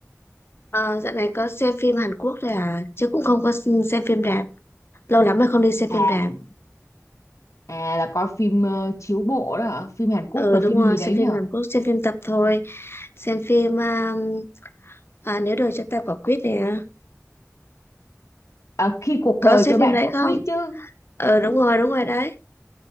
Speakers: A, on the left (about 50°); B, on the left (about 70°).
A: Ờ, dạo này có xem phim Hàn Quốc rồi à? Chứ cũng không có s- xem phim rạp. Lâu lắm rồi không đi xem
B: À,
A: phim rạp.
B: à là coi phim ờ, chiếu bộ đó hả phim Hàn Quốc
A: Ờ,
B: là phim
A: đúng rồi,
B: gì
A: xem
B: đấy
A: phim
B: nhỉ
A: Hàn Quốc, xem phim tập thôi. Xem phim à, à, Nếu đời cho ta quả quýt nè.
B: Ờ, khi cuộc
A: Có
B: đời
A: xem
B: cho bạn
A: phim đấy
B: quả
A: không?
B: quýt chứ
A: Ờ, đúng rồi, đúng rồi đấy.